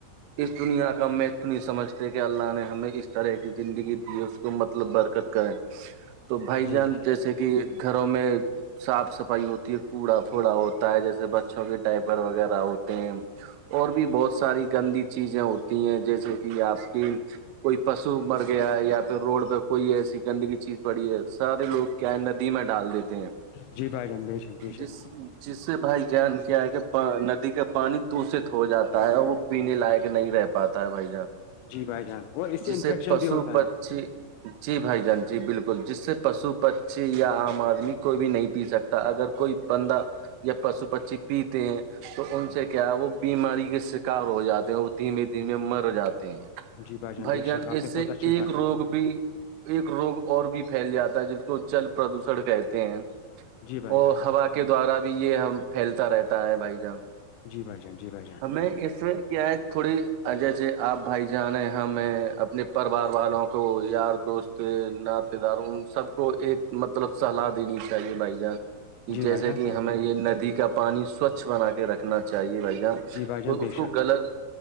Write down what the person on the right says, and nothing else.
اس دنیا کا محتو نہیں سمجھتے کہ اللہ نے ہمیں اس طرح کی زندگی دی ہے اس تو مطلب برکت کریں تو بھائی
جان
جیسے کہ گھروں میں صاف صفائی ہوتی ہے کوڑا پھوڑا ہوتا ہے جیسے بچوں کے ٹائپر وغیرہ ہو اور بھی بہت ساری گندی چیزیں ہوتی ہیں جیسے کہ آپ کی کوئی پشو مر گیا ہے یا پھر روڈ پہ کوئی ایسی گندگی چیز پڑی ہے سارے لوگ کیا ندی میں ڈال دیتے ہیں
جس جس سے بھائی جان کیا ہے کہ ندی کے پانی تو سے تھو جاتا ہے اور وہ پینے لائق نہیں رہ پاتا ہے بھائی جان
جسے
پشو
پچھی
جی بھائی جان جی بالکل جس سے پشو پچھی یا عام آدمی کوئی بھی نہیں پی سکتا اگر کوئی بندہ یا پشو پچی پیتے ہیں تو ان سے کیا وہ بیماری کے شکار ہو جاتے ہیں وہ دھیمے دھیمے مر جاتے ہیں
بھائی
جان
اس
سے
ایک
روگ
بھی ایک روگ اور بھی پھیل جاتا ہے جن کو جل پردوشن کہتے ہیں
اور
ہوا کے دوارا بھی یہ ہم پھیلتا رہتا ہے بھائی جان
میں اس میں کیا ہے تھوڑی اجے جے آپ بھائی جانے ہمیں اپنی پوار والوں کو یار دوست ناشتے داروں ان سب کو ایک مت مطلب سلاح دین چاہیے لائی جان کہ
جیسے
کہ ہمیں یہ ندی کا پانی سوچھ بنا کے رکھنا چاہیے بھائی جان
تو
اس
کو گغلط